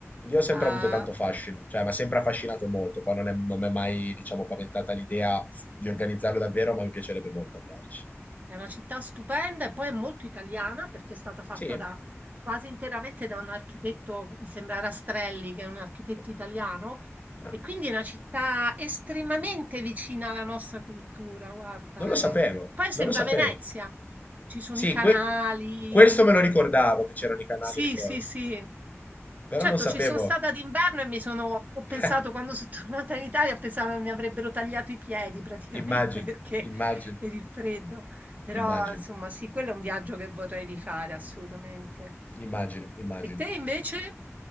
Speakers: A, on the left (about 35°); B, on the right (about 30°).
A: Io ho sempre
B: Ah,
A: avuto tanto fascino, cioè mi ha sempre affascinato molto, poi non è- non mi è mai, diciamo, paventata l'idea su- di organizzarlo davvero, ma mi piacerebbe molto andarci.
B: È una città stupenda e poi è molto italiana perché è stata fatta
A: Sì?
B: da, quasi interamente da un architetto, mi sembra Rastrelli, che è un architetto
A: Oh.
B: italiano,
A: Ah,
B: e quindi è una città estremamente vicina alla nostra cultura, guarda.
A: non lo
B: eh.
A: sapevo,
B: Poi sembra
A: non lo sapevo.
B: Venezia, ci sono
A: Sì,
B: i canali,
A: que- questo me lo ricordavo, che c'erano i canali
B: sì,
A: e le cose,
B: sì, sì,
A: però
B: Certo,
A: non sapevo.
B: ci sono stata d'inverno e mi sono ho pensato
A: <laughs>
B: quando so' <laughs> tornata in Italia, ho pensato che mi avrebbero tagliato i piedi praticamente
A: Immagino,
B: <laughs> perché
A: immagino,
B: per il freddo. Però
A: immagino,
B: insomma sì, quello è un viaggio che vorrei rifare assolutamente.
A: immagino, immagino.
B: E te invece?